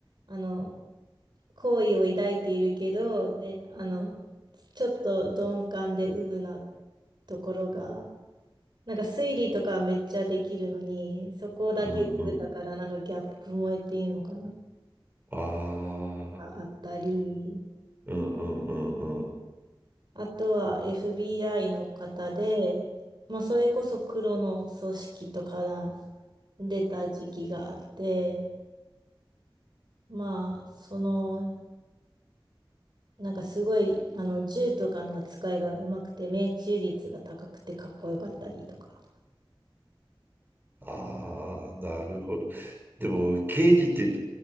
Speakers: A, on the right; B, on the right.
A: あの、好意を抱いているけど、で、あの、ちょっと鈍感でうぶなところが、なんか推理とかはめっちゃできるのに、そこだけうぶだから、
B: うん、うん。
A: なんかギャップ萌えっていうのかな、
B: ああ、
A: あったり。
B: うん、うん、うん、うん。
A: あとは FBI の方で、まあ、それこそ黒の組織とから出た時期があって、まあ、その、なんかすごい、あの、銃とかの扱いがうまくて、命中率が高くてかっこよかったりとか。
B: ああ、なるほど。でも、刑事ってい